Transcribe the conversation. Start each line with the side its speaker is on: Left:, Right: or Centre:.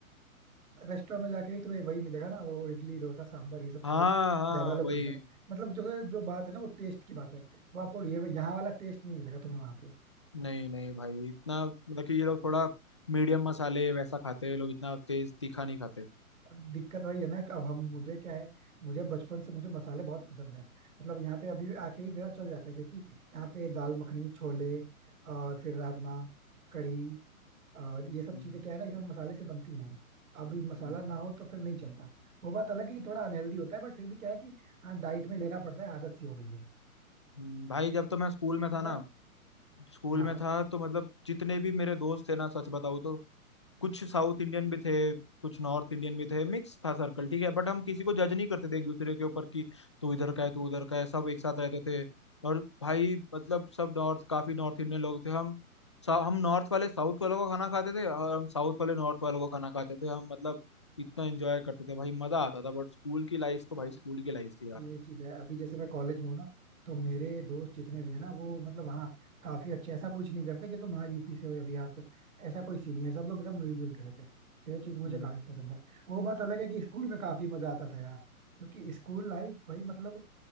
Right: रेस्टोरेंट में जाके ही तुम्हें वही मिलेगा ना वो इडली डोसा सांभर ये सब
Left: हाँ
Right: चीजें
Left: हाँ
Right: ज्यादा लोग
Left: वही
Right: प्रीफर मतलब जो जो बात है ना वो टेस्ट की बात है वो आपको ये यहाँ वाला टेस्ट नहीं मिलेगा तुम्हें वहाँ पे
Left: नहीं नहीं भाई इतना मतलब कि ये लोग थोड़ा मीडियम मसाले वैसा खाते हैं ये लोग इतना तेज तीखा नहीं खाते
Right: दिक्कत वही है ना कि अब हम मुझे क्या है मुझे बचपन से मुझे मसाले बहुत पसंद है मतलब यहाँ पे अभी आके भी मेरा चल जाता है क्योंकि यहाँ पे दाल मखनी छोले और फिर राजमा कढ़ी और ये
Left: हम्म,
Right: सब चीजें क्या है ना ये सब मसाले से बनती हैं अभी मसाला
Left: हम्म,
Right: ना हो तो फिर नहीं चलता वो बात अलग है कि थोड़ा अनहेल्दी होता है बट फिर भी क्या है कि हाँ डाइट में लेना पड़ता है आदत सी हो गई है
Left: हम्म। भाई जब तो मैं स्कूल में
Right: मतलब
Left: था ना स्कूल
Right: हाँ
Left: में था तो मतलब जितने भी मेरे दोस्त थे ना सच बताऊँ तो कुछ साउथ इंडियन भी थे कुछ नॉर्थ इंडियन भी थे मिक्स था सर्कल ठीक है बट हम किसी को जज नहीं करते थे एक दूसरे के ऊपर कि तू इधर का है तू उधर का है सब एक साथ रहते थे और भाई मतलब सब नॉर्थ काफी नॉर्थ इंडियन लोग थे हम सा- हम नॉर्थ वाले साउथ वालों का खाना खाते थे और हम साउथ वाले नॉर्थ वालों का खाना खाते थे हम मतलब इतना एंजॉय करते थे भाई मजा आता था बट स्कूल की लाइफ तो
Right: हाँ
Left: भाई स्कूल की लाइफ थी यार
Right: ये चीज है अभी जैसे मैं कॉलेज में हूँ ना तो मेरे दोस्त जितने भी है ना वो मतलब हाँ काफी अच्छे ऐसा कुछ नहीं करते कि तुम हाँ यूपी से हो या बिहार से हो। ऐसा कोई सीन नहीं है सब लोग एकदम मिलजुल के रहते हैं तो ये चीज मुझे
Left: हम्म
Right: काफी पसंद है वो बात अलग है कि स्कूल में काफी मजा आता था यार क्योंकि स्कूल लाइफ भाई मतलब